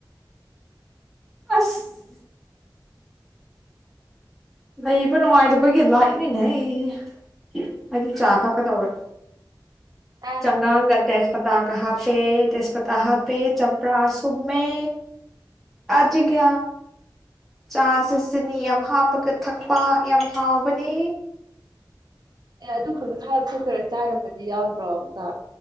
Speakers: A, in the centre; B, on the right (about 60°).
A: ꯑꯁ ꯂꯩꯕ ꯅꯨꯡꯉꯥꯏꯇꯕꯒꯤ ꯂꯥꯛꯏꯅꯤꯅꯦꯍ ꯍꯥꯏꯗꯤ ꯆꯥ ꯊꯛꯀꯗꯧꯔꯦ
B: ꯑꯦ
A: ꯆꯉ ꯥꯡꯅ ꯇꯦꯁ꯭ꯇ ꯄꯇꯥ ꯀ ꯄꯦ ꯇꯁꯄꯇ ꯄꯦ ꯆꯝꯄ꯭ꯔꯥ ꯁꯃꯦ ꯑꯗꯨꯒꯤ ꯆꯥꯥꯁ ꯁꯤꯅꯤ ꯌꯥꯝ ꯍꯥꯞꯄꯒ ꯊꯛꯄ ꯌꯥꯝ ꯍꯥꯎꯕꯅꯤ
B: ꯑꯦ ꯑꯗꯨ ꯈꯛꯇꯔ ꯆꯥꯅꯕꯗꯤ ꯌꯥꯎꯗ꯭ꯔꯣ ꯑꯨꯇ